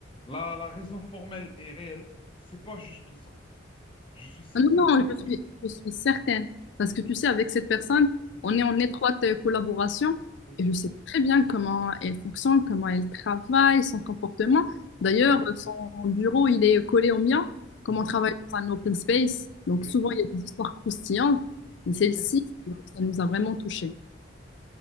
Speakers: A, on the left; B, on the left.
A: la, la raison formelle est réelle. C'est pas juste ça. Je suis certain
B: Ah Non,
A: que...
B: non, je suis,
A: que-
B: je suis certaine. Parce que tu sais, avec cette personne, on
A: Mhm.
B: est en étroite euh, collaboration
A: Oui,
B: et je sais très bien comment elle fonctionne, comment elle travaille, son comportement.
A: ok.
B: D'ailleurs, euh, son bureau, il est collé au mien, comme
A: Mhm.
B: on travaille dans un open space. Donc
A: Ok,
B: souvent, il y a des histoires croustillantes, mais celle-ci,
A: ok.
B: ça nous a vraiment touchés.